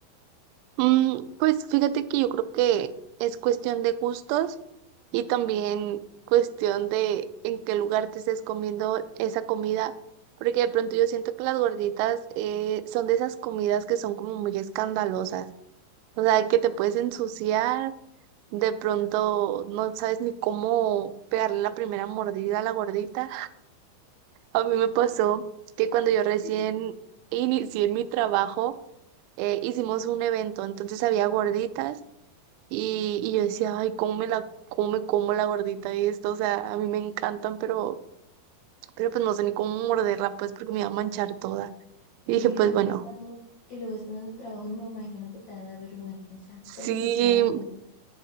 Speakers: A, on the right; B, on the left.
A: Mm, pues fíjate que yo creo que es cuestión de gustos y también cuestión de en qué lugar te estés comiendo esa comida, porque de pronto yo siento que las gorditas eh, son de esas comidas que son como muy escandalosas, o sea, que te puedes ensuciar, de pronto no sabes ni cómo pegarle la primera mordida a la gordita. A mí me pasó que cuando yo recién
B: <laughs>
A: inicié en mi trabajo, eh, hicimos un evento, entonces había gorditas y, y yo decía, ay, ¿cómo me la, cómo me como la gordita y esto? O sea, a mí me encantan, pero, pero pues no sé ni cómo morderla, pues porque me iba a manchar toda. Y
B: Y
A: dije, pues
B: luego
A: bueno,
B: estando, y luego estando en tu trabajo y me imagino que te da vergüenza,
A: sí,
B: porque pues sí a las gorditas